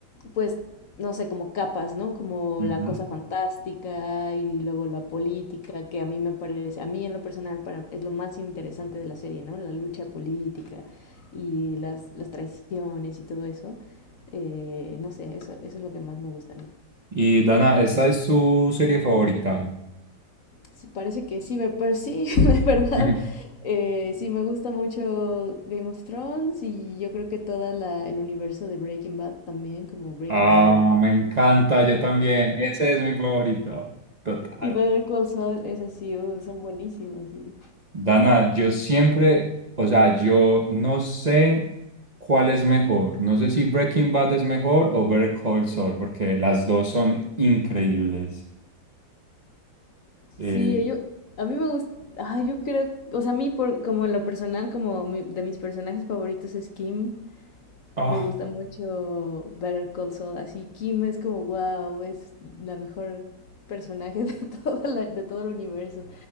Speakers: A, on the left; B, on the right.
A: pues, no sé, como capas, ¿no? Como
B: Ujú.
A: la cosa fantástica y luego la política, que a mí me parece, a mí en lo personal para, es lo más interesante de la serie, ¿no? La lucha política y las, las traiciones y todo eso. Eh, no sé, eso, eso es lo que más me gusta a mí.
B: Y Dana, ¿esta es su serie favorita?
A: Sí, parece que sí, ve- pero sí, <laughs> de verdad,
B: Ujú.
A: eh, sí me gusta mucho Game of Thrones y yo creo que todo el universo de Breaking Bad también, como Breaking
B: Ah,
A: Bad
B: me encanta, yo también, ese es mi favorito, total.
A: y Better Call Saul, es así, son buenísimos, sí.
B: Dana, yo siempre, o sea, yo no sé cuál es mejor. No sé si Breaking Bad es mejor o Better Call Saul, porque las dos son increíbles. Sí.
A: Sí, yo, a mí me gusta, ah, yo creo, o sea, a mí por, como en lo personal, como mi- de mis personajes favoritos es Kim,
B: Ah,
A: Me gusta mucho Better Call Saul, así Kim es como, wow, es la mejor personaje de <laughs> todo la- de todo el universo